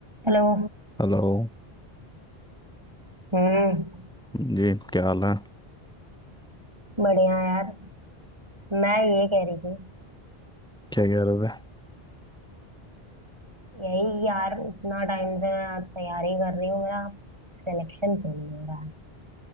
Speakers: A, on the right; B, in the centre.
A: Hello
B: Hello
A: हम्म
B: जी क्या हाल है
A: बढ़िया यार मैं ये कह रही थी
B: क्या कह रहे थे
A: यही यार इतना टाइम से मैं तैयारी कर रही हूँ मेरा सिलेक्शन क्यों नहीं हो रहा है